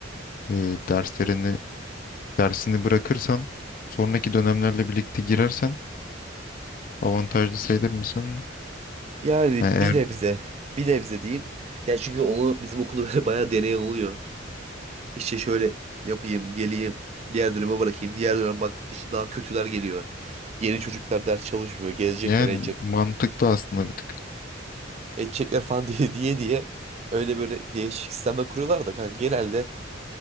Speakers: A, on the left; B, on the right.
A: e, derslerini dersini bırakırsan sonraki dönemlerle birlikte girersen avantajlı sayılır mısın?
B: Yani
A: E,
B: bir nebze. Bir nebze diyeyim. Yani çünkü onu bizim okulda böyle <laughs> bayağı deneyen oluyor. İşte şöyle yapayım, geleyim. Diğer döneme bırakayım. Diğer dönem bak işte daha kötüler geliyor. Yeni çocuklar ders çalışmıyor. Gezecekler,
A: Yani
B: edecek,
A: mantıklı aslında bir tık.
B: edecekler falan <laughs> diye diye diye. Öyle böyle değişik sistemler kuruyorlar da kanka genelde